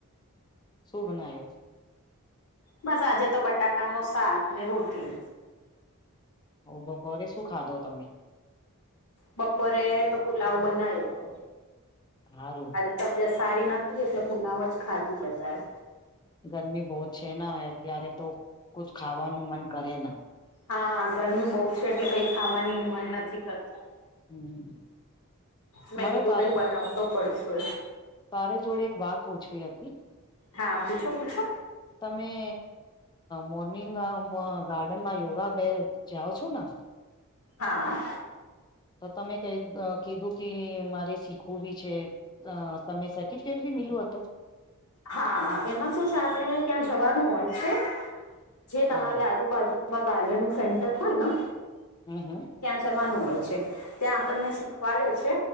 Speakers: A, on the left; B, on the left.
A: શું બનાયો
B: બસ આજે તો બટાકા નું શાક ને રોટલી.
A: અ બપોરે શું ખાધો તમે
B: બપોરે તો પુલાવ બનાયો તો.
A: હા રું.
B: આજે તબિયત સારી નથી એટલે ફુલાવ જ ખાતું બધા એ
A: ગરમી બહુ જ છે ને અત્યારે તો કુછ ખાવાનું મન કરે ના.
B: હા ગરમી બહુ છે એટલે કઈ ખાવાની મન નથી થતું.
A: હમ
B: મે
A: મારે
B: કીધું
A: તારે
B: કઈ બનાવું તો પડશે.
A: તારે જોડે એક વાત પૂછવી હતી.
B: હા પૂછો પૂછો.
A: તમે મોર્નિંગ ગાર્ડન માં યોગા કે ય જાઓ છો ને.
B: હા.
A: તો તમે કંઈક કીધું કે મારે શીખવું બી છે તમે કફટ બી મેલુ હતું.
B: હા એમાં શું છે આપણે ત્યાં જવાનું હોય છે જે તમારે
A: હા
B: બાજુ માં ગાર્ડન નું સેન્ટર હોય ને
A: હમ હમ
B: ત્યાં જવાનું હોય છે. ત્યાં આપણને શીખવાડે છે.